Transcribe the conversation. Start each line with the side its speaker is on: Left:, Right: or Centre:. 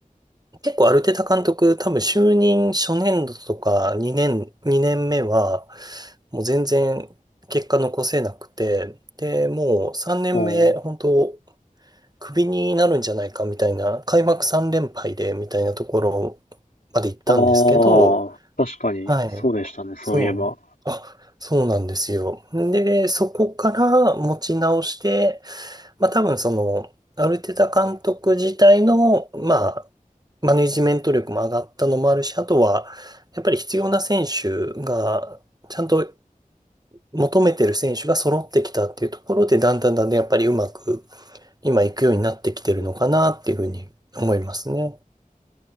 Right: 結構アルテタ監督、多分就任初年度とか2年、2年目は、もう全然結果残せなくて、で、もう3年目、
Left: うん
Right: 本当クビになるんじゃないかみたいな、開幕3連敗でみたいなところまで行ったんですけど、
Left: ああ、確かにそうでしたね、
Right: はい。
Left: そういえば。
Right: そうなの。あ、そうなんですよ。で、そこから持ち直して、まあ多分その、アルテタ監督自体の、まあ、マネジメント力も上がったのもあるし、あとは、やっぱり必要な選手が、ちゃんと求めてる選手が揃ってきたっていうところで、だんだんだんだんやっぱりうまく今いくようになってきてるのかなっていうふうに思いますね。
Left: うん